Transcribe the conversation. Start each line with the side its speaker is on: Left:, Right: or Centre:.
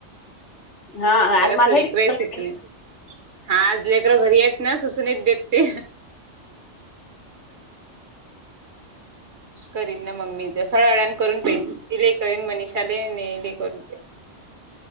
Left: हा
Right: आता
Left: आज माझाही
Right: कस लेकर
Left: दिवस
Right: आहे सुट्टी
Left: चालला.
Right: हा आज लेकर घरी आहेत ना, सुचू नहि देत ते. करीन ना मग मी सरळ अण करून पैले करीन मनिषाले नेले करून